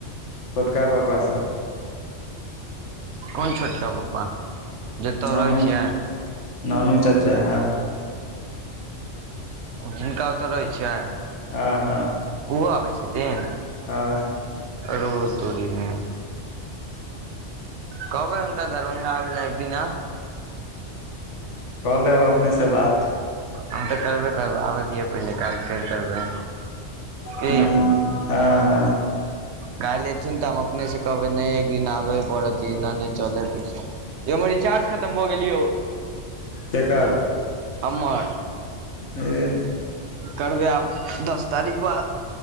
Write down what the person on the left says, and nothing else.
छोटका पप्पा साथ
नानू
नानू चाचा हँ
हँ हँ
हँ
कऽ लेब अपनेसँ बात
ह्म आ हा
केकर
एह